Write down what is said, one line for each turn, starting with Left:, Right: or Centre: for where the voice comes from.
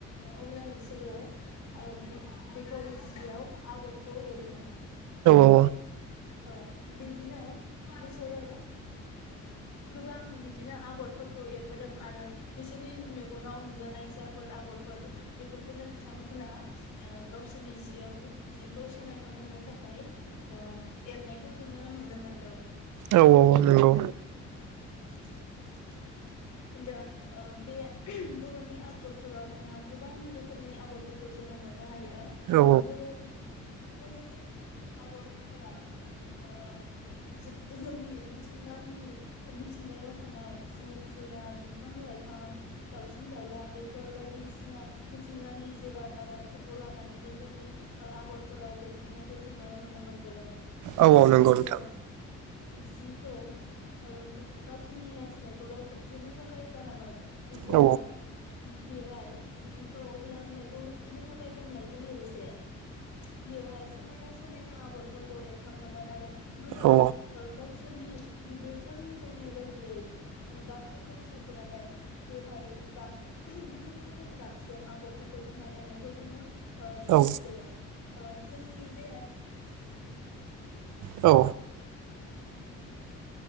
Left: अब्लानो बिसोरो ओ बेख बेखौ जियाव आगरखौ एरोमोन।
Right: औ
Left: ओ बेदिनो बिसोरो गोबां बिदिनो आगरफोरखौ एरबोदों आरो बिसोरनि मेगनाव नुजा नायजाफोर आगरफोर बेफोरखौनो बिथांमोना ओ गावसोरनि जियाव जिखौ समायखांहोनो थाखाय ओ मोननायखौ जोङो नुनो मोन्दों।
Right: औ औ नंगौ
Left: दा ओ बे बर'नि आगरफोराव जोंहा गोबां रोखोमनि आगरफोरखौ जोङो मोननो हायो दा
Right: औ
Left: बर' बर'फोरनि आगरफोरा ओ जोंनि मिथिंगानि मिथिंगायाव थानाय जे जुनार बिफां-लाइफां दाउसिन-दाउला बेफोर बायदिसिना मिथिंगानि जिराद आादफोरखौ लानानैनो जोंनि आगरफोराव बेरखांनायखौ जोङो नुनो मोनबोदों।
Right: औ
Left: आरो
Right: औ नंगौ
Left: बिसोरो
Right: नोंथां
Left: जिखौ ओ गावसोरनि लाजिनायखौल' खोब होबथेनो थाखाय गानामोन बिसोरो
Right: औ
Left: बेहाय जिखौ लाजिनायखौ होबथेनो थाखाय गाननायजों लोगोसे बेवहाय समायना समायना आगरफोरखौ एरखाङोमोन आरो गोबां
Right: औ
Left: ओ गावसोरनि बिगुर जों समाव मिलायनाय बायदियै गाब सायख'नानै बेवहाय गाब गुबुन गुबुन गाबजों आगरफोरखौ जोंहा एरनायखौ जोङो ओ मिथिबोदों
Right: औ
Left: जोंनि बे
Right: औ